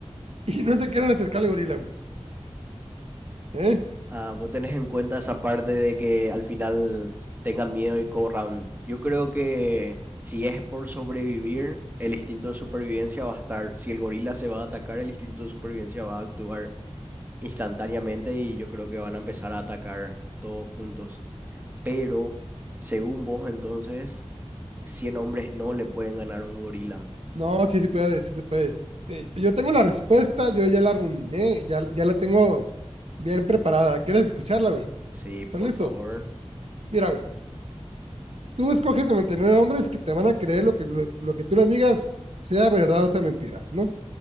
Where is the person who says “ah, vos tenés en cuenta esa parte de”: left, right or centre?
Right